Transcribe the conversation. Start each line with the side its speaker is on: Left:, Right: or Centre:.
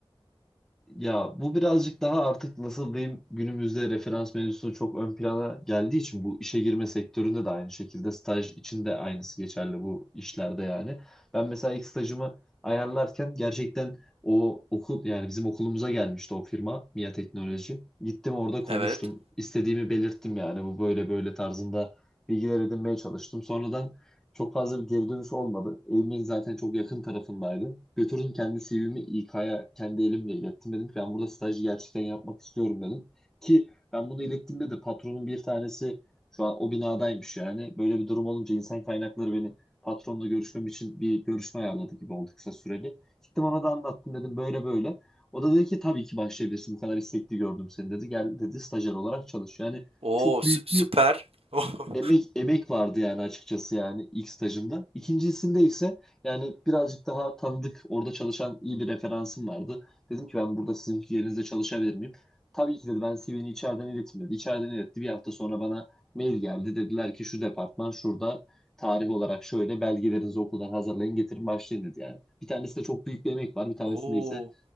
Centre: Ya bu birazcık daha artık nasıl diyeyim günümüzde referans mevzusu çok ön plana geldiği için bu işe girme sektöründe de aynı şekilde staj için de aynısı geçerli bu işlerde yani. Ben mesela ilk stajımı ayarlarken gerçekten o okul yani bizim okulumuza gelmişti o firma MİA Teknoloji. Gittim orada konuştum
Right: Evet.
Centre: istediğimi belirttim yani bu böyle böyle tarzında bilgiler edinmeye çalıştım. Sonradan çok fazla bir geri dönüş olmadı. Evimin zaten çok yakın tarafındaydı. Götürdüm kendi CV'mi İK'ya kendi elimle ilettim. Dedim ki ben burada stajı gerçekten yapmak istiyorum dedim. Ki ben bunu ilettiğimde de patronun bir tanesi şu an o binadaymış yani. Böyle bir durum olunca insan kaynakları beni patronla görüşmem için bir görüşme ayarladı gibi oldu kısa süreli. Gittim ona da anlattım dedim böyle böyle. O da dedi ki tabii ki başlayabilirsin bu kadar istekli gördüm seni dedi. Gel dedi stajyer olarak çalış. Yani
Right: Oo
Centre: çok büyük
Right: sü- süper.
Centre: bir
Right: <laughs>
Centre: emek emek vardı yani açıkçası yani ilk stajımda. İkincisinde ise yani birazcık daha tanıdık orada çalışan iyi bir referansım vardı. Dedim ki ben burada sizin yerinizde çalışabilir miyim? Tabii ki dedi ben CV'ni içeriden ilettim dedi. İçeriden iletti. Bir hafta sonra bana mail geldi. Dediler ki şu departman şurada tarih olarak şöyle belgelerinizi okuldan hazırlayın getirin başlayın dedi yani. Bir tanesinde çok büyük bir emek var. Bir tanesinde
Right: Oo.
Centre: ise